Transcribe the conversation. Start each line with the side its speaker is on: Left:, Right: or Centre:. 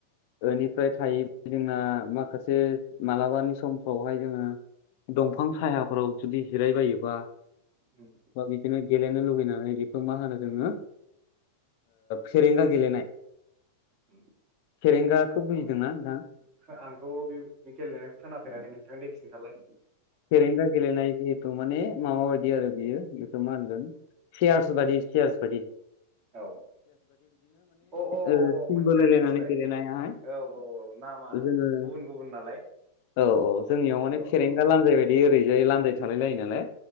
Left: बेनिफ्राय थायो जोंना माखासे मालाबानि समफ्रावहाय जोङो दंफां सायाफोराव जुदि जिरायबायोबा
Right: उम
Left: बा बिदिनो गेलेनो लुुगैनानै बेखौ मा होनो जोङो फेरेंगा गेलेनाय
Right: उम
Left: फेरेंगाखौ बुजिदोंना
Right: आंथ'
Left: नोंथां?
Right: आंथ' बे गेलेनाय खोनाफेराखै नोंथां दे खिनथालाय
Left: फेरेंगा गेलेनाय जि बेखौ माने माबा बायदि आरो बियो बेखौ मा होनगोन सियार्स बायदि सियार्स बायदि
Right: औ अ अ
Left: ओ टिम
Right: मिथिबाय
Left: बोलायलायनानै
Right: मोनथिबाय
Left: गेलेनायाहाय
Right: औ औ औ नामा
Left: जोङो
Right: गुबुन गुबुन नाम नालाय
Left: औ औ जोंनियाव माने
Right: औ
Left: फेरेंगा
Right: औ
Left: लान्जाय बायदि ओरैजाय लान्जाय थालायलायो नालाय